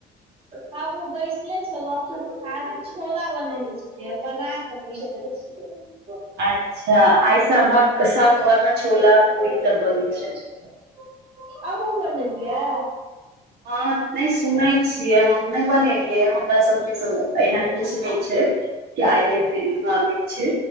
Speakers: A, on the right; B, on the right.
A: हमहुँ बैसले छलौं, खाना छोला बनेेने छलियैए बना क बैसल चैल एबै।
B: अच्छा आइ सभक सभ घरमे छोला
A: <inaudible>
B: पूरी
A: कुछ
B: सब बनै
A: नै छै। अहूं बनेलिया?
B: हँ नै सुनै छियै हम नै बनेलियैए, हमरा सबके त एहन किछ नै छै। कि आइ कैल के मालिक छै।